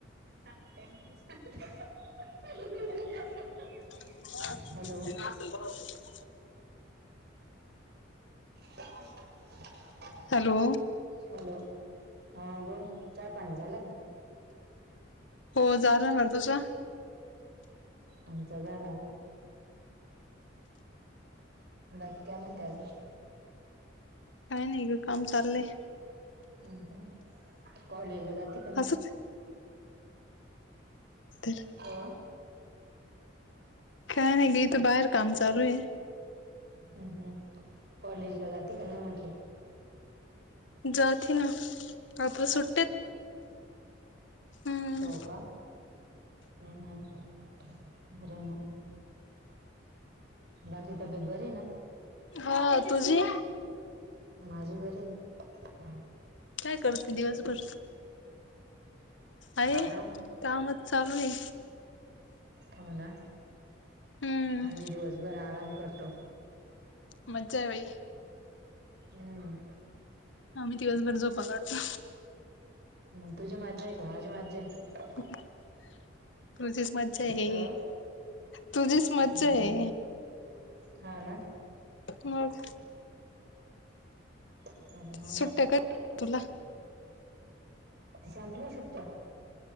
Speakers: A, on the right (about 55°); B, on the left (about 75°).
A: <unintelligible>
B: <unintelligible>
A: हॅलो ह <unintelligible>
B: हॅलो.
A: हॅलो. हा बोल चहा‌ पाणी झालं का?
B: हो झाला ना तुझ?
A: आमचा झाला. बाकी काय म्हणते‌ अजून?
B: काय नाही ग काम चाललंय.
A: हम्म कॉलेजला जाती
B: अस <unintelligible>
A: अ
B: काय नाही ग इथे बाहेर काम चालू आहे.
A: हम् हम् कॉलेज ला जाती का नाही म्हटल?
B: जाती ना. आता सुतली हम्म
A: हो का? हम् हम् बरंय ना. बाकी तब्येत बरी ना!
B: हा तुझी
A: माझी बरी आहे.
B: काय करते दिवसभर आहे
A: आराम
B: कामच चालू आहे.
A: हो ना
B: हम्म
A: आम्ही दिवसभर आराम करतो.
B: मजा आहे बाई.
A: हम्म.
B: आम्ही दिवसभर झोपा काढतो.
A: मग तुझी मज्जा आहे का माझी मज्जा आहे.
B: <unintelligible> तुझीच मज्जा आहे
A: हो
B: तुझीच
A: हम्म.
B: मज्जा आहे.
A: हा ना.
B: मग
A: <unintelligible>
B: सुट्ट्या कधी तुला
A: संपल्या सुट्या?